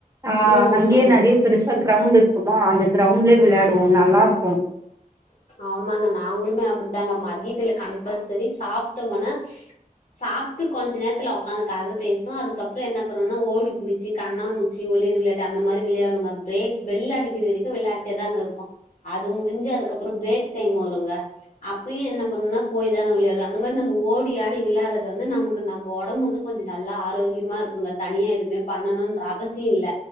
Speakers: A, on the right; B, on the left.
A: ஆ
B: ம்
A: அங்கயே
B: ம்
A: நிறைய பெருசா கிரௌண்ட் இருக்குமா அந்த கிரௌண்ட்லயே விளாயாடுவோ நல்லா இருக்கும்
B: ஆமாங்க நாங்களுமே அப்டித்தாங்க மதியத்துல கம்பல்சரி சாப்ட்டோமானா சாப்ட்டுவிட்டு கொஞ்ச நேரத்துல உக்காந்து கத பேசு அதுக்கப்றோ என்ன பண்ணுவோனா ஓடி புடிச்சு கண்ணா முச்சு ஒளிர விளாயாட்டு அந்த மாரி விளயாடுவோங்க பிரேக் பெல்லடி க்கிர இவரைக்கு விளாட்டே தாங்க இருப்போ அது முடிஞ்சி அதுக்கப்புறம் பிரேக் டைம் வருங்க அப்பயு என்ன பண்ணுன்னா போய் தானே விளையாடுவ அந்த மாரி நம்ம ஓடி ஆடி விளாறது வந்து நமக்கு நம்ம உடம்பு வந்து கொஞ்சோ நல்லா ஆரோக்கியமா இருக்குங்க தனியா எதுவுமே பண்ணணுன்ற அவசியம் இல்ல